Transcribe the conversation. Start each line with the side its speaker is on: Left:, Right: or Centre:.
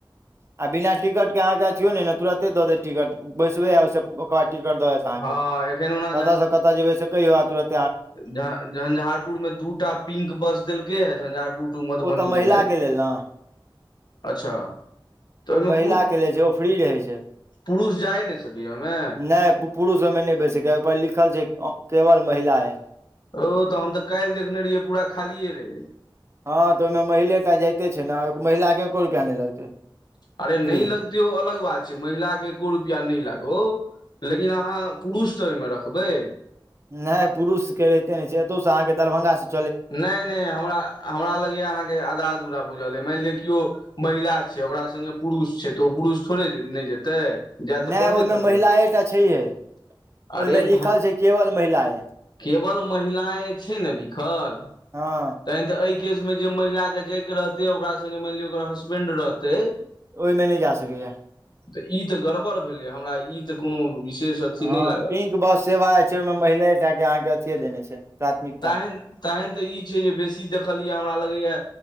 Right: आ बिना टिकट के अहके अथियो ने तुरते द देत टिकट बैसबे आ ओहि ओकबाद टिकट द देत
Left: हँ एखन ओना
Right: कत से कत जेबै से कहियो तत
Left: झ झंझारपुर मे दू टा पिंक बस देलकै हे झंझारपुर टू मधुबनीक
Right: ओ तऽ
Left: के लेल
Right: <inaudible>
Left: अच्छा तऽ ओहिमे
Right: ओ महिला
Left: पुरु
Right: के लै छै ओ फ्री रहै छै
Left: पुरुष जाय नहि सकैए ओहिमे
Right: नै पुरुष ओमे नै बैैस सकैया ओ पर लिखल छै केवल महिलायें
Left: ओ तऽ हम तऽ काल्हि देखने रहियै पूरा खालियए रहै
Right: हँ तऽ ओईमे महिलेटा जाइते छै ने महिलाके एको रुपैआ नै लगतै
Left: अरे
Right: फ्री
Left: नै लगतै ओ अलग बात छै महिलाके एको रुपैआ नै लागौ लेकिन अहाँ पुरुष <unintelligible> रखबै
Right: नै पुरुष के रहिते नै छै एतहुसँ अहाँके दरभंगा स
Left: नै नै हमरा हमरा लगैया अहाँके आधा अधूरा बुझल अइ मानि लिअ किओ महिला छै ओकरा संगङ्गे पुरुष छै तऽ ओ पुरुष थोड़े नै जेतै जाय तऽ
Right: नै
Left: पड़बे
Right: ओईमे
Left: करतै
Right: महिलाये टा छैहे
Left: अरे
Right: ओहिमे लिखल
Left: भा
Right: छै केवल महिलाए
Left: केवल महिलायें छै ने लिखल
Right: हँ
Left: ते तऽ एहि केस मे जे महिलाक के जायके रहतै ओकरा संगे मानि लिअ ओकर हसबेंड रहतै
Right: ओय मे नै जा सकैए
Left: ई तऽ ई तऽ गड़बड़ भेलै हमरा ई तऽ कोनो विशेष अथी
Right: हँ
Left: नहि लागल
Right: पिंक बस सेवा छै ओहिं महिलेटा के अहाँ के अथिये देने छै प्राथमिकता
Left: टाईम टाईम तऽ ई छै जे बेसी देखलियै या हमरा लगैए